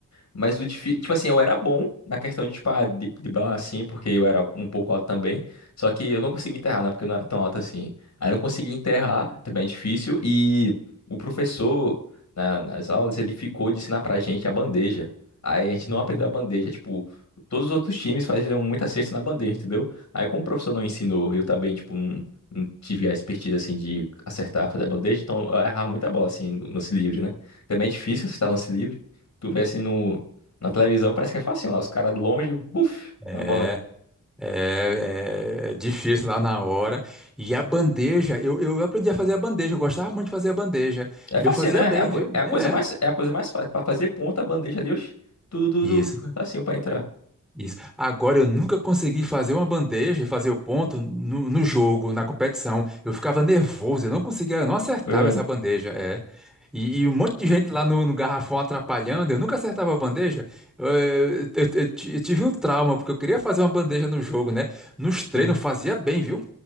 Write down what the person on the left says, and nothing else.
Mas o difícil, tipo assim, eu era bom na questão de, tipo, ah, de, de bala, assim, porque eu era um pouco alto também. Só que eu não conseguia enterrar, né? Porque eu não era tão alto assim. Aí eu não conseguia enterrar, também é difícil. E o professor, na- nas aulas, ele ficou de ensinar pra gente a bandeja. Aí a gente
não aprendeu a bandeja, tipo, todos os outros times faziam muita cesta na bandeja, entendeu? Aí como o professor não ensinou, eu também, tipo, não, não tive a expertise, assim, de acertar, fazer a bandeja, então eu errava muita bola, assim, no lance livre, né? Também é difícil acertar lance livre. Tu vê assim no, na televisão parece que é facinho lá, os caras longe, buf,
na bola. entra.
É
facinho,
né?
É a, co-
é a
coisa mais, é a coisa mais fácil. Pra fazer ponta, a bandeja ali, oxi, tudo, tudo,
tudo, facinho pra entrar.
É,
é,